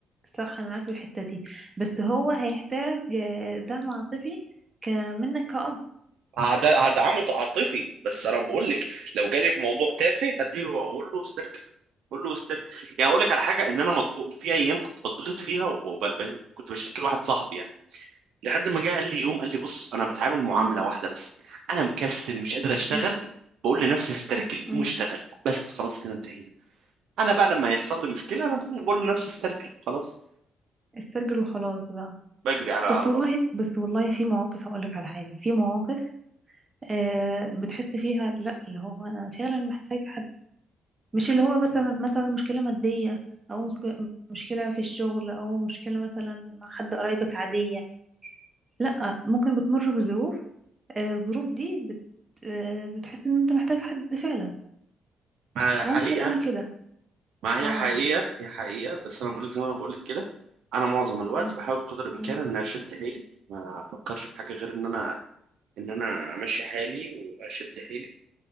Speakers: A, on the right; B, on the right.
A: صح انا معاك في الحته دي بس هو هيحتاج آه، دعم عاطفي ك- منك كأب
B: هد- هدعمه عاطفي بس انا بقول لك لو جالي في موضوع تافه هديله واقول له استركل اقول له استركل يعني اقول لك على حاجه ان انا مضغوط في ايام كنت بضغط فيها وكنت بشتكي لواحد صاحبي يعني لحد ما جه قال لي يوم قال لي بص انا بتعامل معامله
A: امم
B: واحده بس انا مكسل مش قادر اشتغل
A: امم
B: بقول لنفسي استركل
A: امم
B: مش اشتغل بس خلاص كده انتهينا انا بقى لما يحصل لي مشكله انا بقول بقول لنفسي استركل خلاص
A: استرجل وخلاص بقى
B: بجري على على
A: بس والله
B: بابا
A: بس والله في مواقف هقول لك على حاجه في مواقف آه بتحس فيها لا اللي هو انا فعلا محتاج حد مش اللي هو مثلا مثلا مشكله ماديه او مسك- مشكله في الشغل او مشكله مثلا مع حد قرايبك عاديه لا ممكن بتمر بظروف آه الظروف دي بت آه بتحس ان انت محتاج حد فعلا
B: ما حقيقه
A: ممكن انا كده
B: ما هي
A: اه
B: حقيقة هي حقيقة بس أنا بقولك زي ما أنا بقولك كده أنا معظم الوقت
A: مم.
B: بحاول بقدر الإمكان
A: مم.
B: إن أشد حيلي ما أفكرش في حاجة غير إن أنا إن أنا أمشي حالي وأشد حيلي